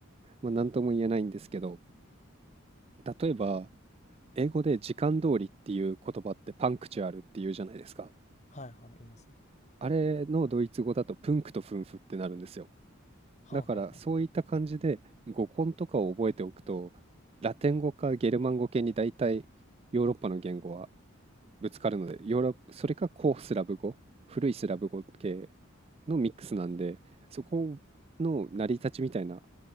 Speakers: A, on the right; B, on the left.
A: ま、なんとも言えないんですけど、例えば、英語で時間通りっていう言葉ってパンクチュアルっていうじゃないですか。
B: はいはい、いますね。
A: あれのドイツ語だとプンクとフンフってなるんですよ。
B: はあはあはあは
A: だからそういった感じで語根とかを覚えておくとラテン語かゲルマン語系に大体ヨーロッパの言語はぶつかるのでヨーロッそれか古スラブ語古いスラブ語系のミックスなんでそこの成り立ちみたいな